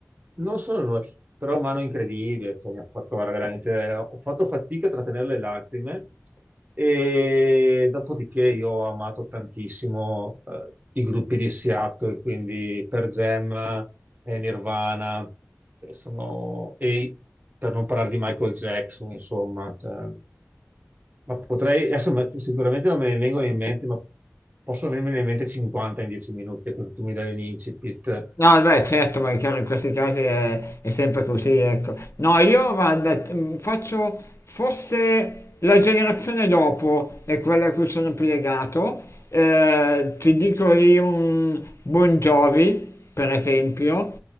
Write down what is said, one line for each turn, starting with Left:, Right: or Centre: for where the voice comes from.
Right: non solo noi, però mano incredibile, cioè, mi ha fatto guarda, veramente, ho fatto fatica a trattenere le lacrime e dopodiché io ho amato tantissimo eh, i gruppi di Seattle, quindi per Jam e Nirvana, che sono- e per non parlare di Michael Jackson, insomma, cioè, ma potrei, adesso ma- sicuramente non me ne vengono in mente, ma possono venirmene in mente 50 in 10 minuti, così tu mi dai un incipit.
Left: No, beh, certo, ma è chiaro, in questi casi è, è sempre così, ecco. No, io guarda, t- mh, faccio forse la generazione dopo è quella a cui sono più legato. Eh, ti dico lì un Bon Jovi, per esempio,